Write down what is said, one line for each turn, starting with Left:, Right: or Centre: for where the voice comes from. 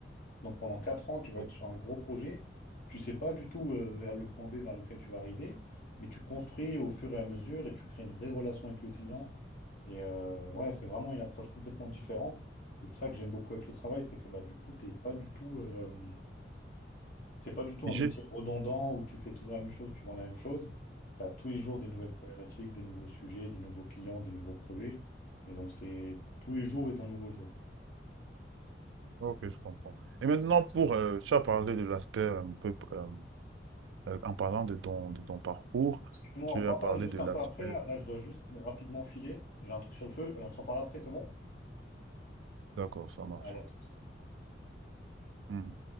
Left: Donc pendant 4 ans, tu vas
Right: oh,
Left: être sur un gros projet. Tu sais pas du tout euh, vers le point B vers lequel tu vas arriver, mais tu construis au fur et à mesure et tu crées une vraie relation avec le client. Et euh, ouais, c'est vraiment une approche complètement différente. Et c'est ça que j'aime beaucoup avec le travail, c'est que bah, du coup, t'es pas du tout, euh, c'est pas du tout
Right: figé.
Left: un métier redondant où tu fais toujours la même chose, tu vends la même chose. Tu as tous les jours des nouvelles problématiques, des nouveaux sujets, des nouveaux clients, des nouveaux projets. Et donc, c'est tous les jours est un nouveau jour.
Right: Ok, je comprends. Et maintenant, pour, euh, tu as parlé de l'aspect un peu euh, Euh, en parlant de ton, de ton parcours,
Left: Dis-moi,
Right: tu
Left: on peut
Right: as
Left: en
Right: parlé
Left: parler juste
Right: de
Left: un
Right: l'aspect.
Left: peu après là. Là, je dois juste rapidement filer. J'ai un truc sur le feu. Euh, On s'en parle après, c'est bon?
Right: D'accord, ça marche.
Left: Allez, à tout.
Right: Mhm.